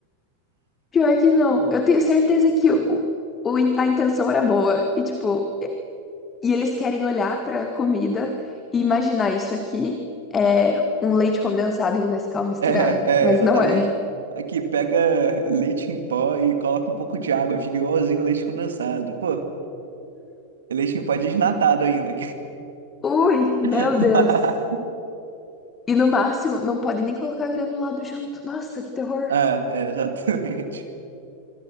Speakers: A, on the left; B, on the right.
A: Pior que não. Eu tenho certeza que o, o- a intenção era boa. E, tipo, e eles querem olhar pra comida e imaginar isso aqui é um leite condensado e um Nescau misturado.
B: É,
A: Mas
B: é, exatamente.
A: não é.
B: Aqui, pega leite em pó e coloca um pouco de água, fica igualzinho leite condensado. Pô, é leite em pó desnatado ainda.
A: Ui, meu
B: <laughs>
A: Deus. E no máximo, não pode nem colocar granulado junto. Nossa, que terror.
B: Ah, é, exatamente.